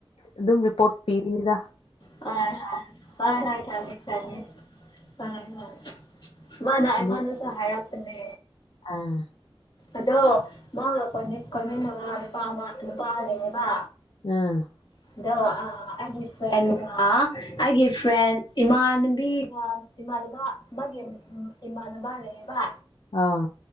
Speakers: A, on the left; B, on the left.
A: ꯑꯗꯨꯝ ꯔꯤꯄꯣꯔꯠ ꯄꯤꯗ
B: ꯑ ꯑ ꯍ ꯊꯦ ꯆꯦ ꯍꯣꯏ ꯃꯥꯅ ꯑꯩꯉꯣꯟꯗꯁꯨ
A: ꯑꯗꯨ
B: ꯍꯥꯏꯔꯛꯄꯅꯦ
A: ꯑꯥ
B: ꯑꯗꯣ ꯃꯥ ꯀꯣꯟꯃꯤꯟꯅꯕ ꯅꯨꯄꯥ ꯑꯃ ꯅꯨꯄꯥ ꯂꯩꯌꯦꯕ
A: ꯑꯝ
B: <inaudible> ꯑꯩꯒꯤ ꯐ꯭ꯔꯦꯟ ꯏꯃꯥꯟꯅꯤꯕꯤ ꯏꯃꯥꯟꯅꯕ ꯃꯥꯒꯤ ꯏꯃꯥꯟꯅꯕ ꯂꯩꯌꯦꯕ
A: ꯑꯥ